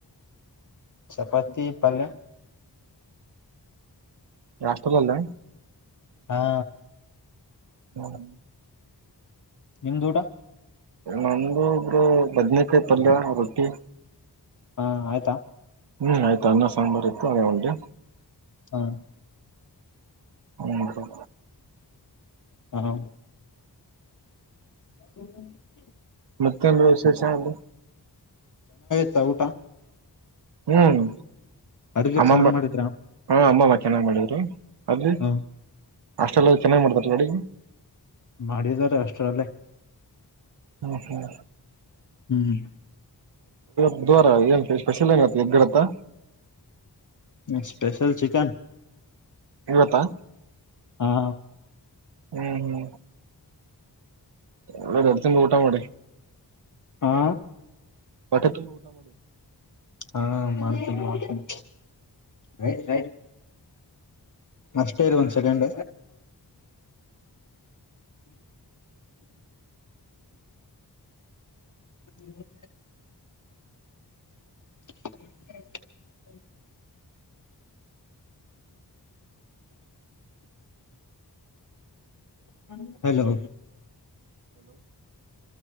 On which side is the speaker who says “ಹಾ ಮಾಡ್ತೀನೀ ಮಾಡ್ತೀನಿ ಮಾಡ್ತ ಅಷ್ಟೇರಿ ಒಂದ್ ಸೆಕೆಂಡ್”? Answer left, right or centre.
Left